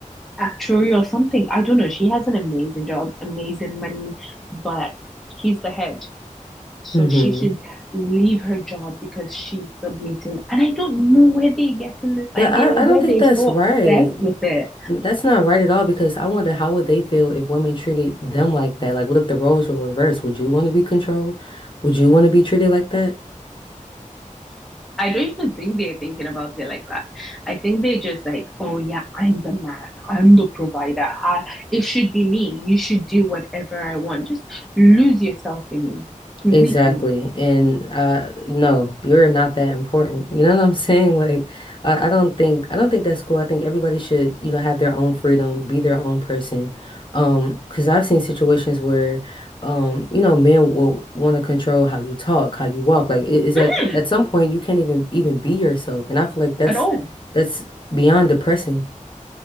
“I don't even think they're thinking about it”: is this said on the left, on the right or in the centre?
Centre